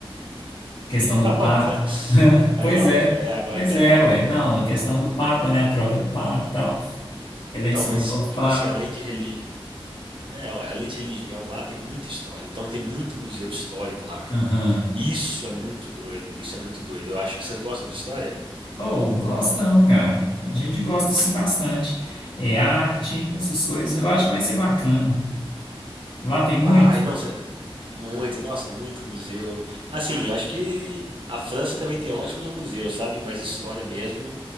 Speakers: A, on the right; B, on the left.
A: <laughs>
B: questão
A: Em
B: do
A: alta.
B: Papa. <laughs>
A: Tá
B: Pois
A: em alta.
B: é,
A: É, agora
B: pois
A: tá
B: é,
A: em alta.
B: ué. Não, a questão do Papa, né? A troca do Papa e tal, eleição
A: Então, mas,
B: do novo
A: tipo
B: Papa.
A: assim, além de religião. É, ué, além de religião lá, tem muita história. Então tem muito museu histórico lá, cara.
B: Aham.
A: Isso é muito doido. Isso é muito doido. Eu acho que vocês gostam de história?
B: Oh, gostamos, cara. A gente gosta, sim, bastante. É arte, essas coisas. Eu acho que vai ser bacana. Lá tem
A: Vai,
B: muito?
A: não, Muito, nossa, muito museu. Assim, eu acho que a França também tem ótimos museus, sabe? Mas história mesmo